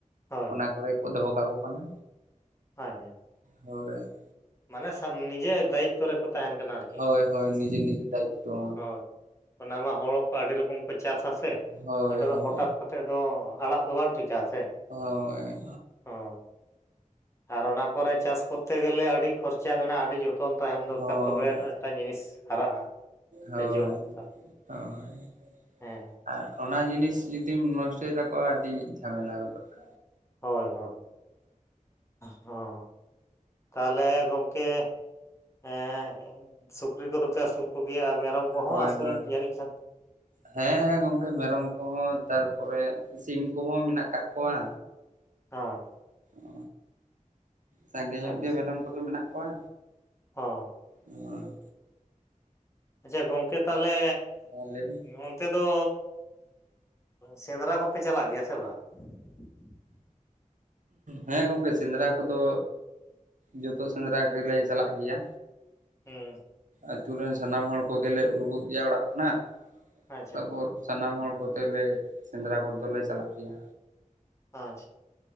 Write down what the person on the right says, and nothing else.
ᱚᱱᱟ ᱠᱚᱨᱮ ᱜᱮ ᱠᱚ ᱫᱚᱦᱚ ᱠᱟᱠᱚ ᱠᱟᱱᱟ
ᱦᱳᱭ
ᱦᱳᱭ ᱦᱳᱭ ᱱᱤᱡᱮᱨ ᱱᱤᱡᱮᱨ ᱫᱟᱭᱤᱛᱛᱚ
ᱦᱳᱭ
ᱦᱳᱭ
ᱦᱳᱭ
ᱦᱳᱭ
ᱦᱳᱭ
ᱦᱳᱭ
ᱟᱨ ᱚᱱᱟ ᱡᱤᱱᱤᱥ ᱡᱩᱫᱤᱢ ᱱᱚᱥᱴᱚᱭ ᱛᱟᱠᱚᱣᱟ ᱟᱹᱰᱤ ᱡᱷᱟᱢᱮᱞᱟ ᱜᱚᱫᱚᱜ-ᱟ
ᱦᱳᱭ
ᱦᱳᱭ
ᱦᱮᱸ ᱜᱚᱝᱠᱮ ᱢᱮᱨᱚᱢ ᱠᱚᱦᱚᱸ ᱛᱟᱨᱯᱚᱨᱮ ᱥᱤᱢ ᱠᱚᱦᱚᱸ ᱢᱮᱱᱟᱜ ᱠᱟᱜ ᱠᱚᱣᱟ
ᱚ, ᱥᱟᱸᱜᱮ
ᱧᱚᱜ ᱜᱮ ᱢᱮᱨᱚᱢ ᱠᱚᱫᱚ ᱢᱮᱱᱟᱜ ᱠᱚᱣᱟ
ᱦᱳᱭ
ᱦᱮᱸ ᱞᱟᱹᱭᱵᱤᱱ
ᱦᱮᱸ ᱜᱚᱢᱠᱮ ᱥᱮᱸᱫᱽᱨᱟ ᱠᱚᱫᱚ ᱡᱚᱛᱚ ᱥᱮᱸᱫᱽᱨᱟ ᱜᱮᱞᱮ ᱪᱟᱞᱟᱜ ᱜᱮᱭᱟ᱾
ᱟᱛᱩ ᱨᱮᱱ ᱥᱟᱱᱟᱢ ᱦᱚᱲ ᱠᱚᱜᱮ ᱞᱮ ᱩᱰᱩᱜ ᱜᱮᱭᱟ ᱚᱲᱟᱜ ᱠᱷᱚᱱᱟᱜ
ᱛᱟᱯᱚᱨ ᱥᱟᱱᱟᱢ ᱦᱚᱲ ᱠᱚᱛᱮ ᱞᱮ ᱥᱮᱸᱫᱽᱨᱟ ᱠᱚ ᱫᱚ ᱞᱮ ᱪᱟᱞᱟᱜ ᱜᱮᱭᱟ᱾